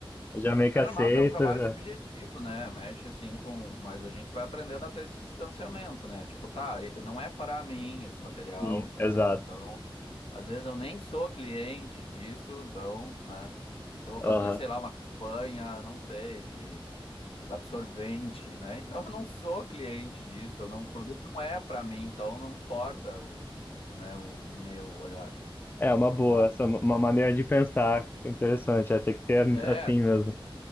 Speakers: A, on the left (about 20°); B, on the left (about 85°).
A: Eu já meio que
B: É
A: aceito.
B: normal, porque é um trabalho
A: é.
B: subjetivo, né? Mexe assim com. Mas a gente vai aprendendo a ter esse distanciamento, né? Tipo, tá, e- não é para mim esse material,
A: Sim,
B: né?
A: exato.
B: Então, às vezes eu nem sou cliente disso, então, né? Se eu vou fazer,
A: Aham.
B: sei lá, uma campanha, não sei, de absorvente, né? Então, <laughs> eu não sou cliente disso, eu não, o produto não é para mim, então não importa o, o, né, o, o meu olhar.
A: É uma boa,
B: Claro.
A: essa é uma uma maneira de pensar interessante, é, tem que ser
B: É,
A: assim mesmo.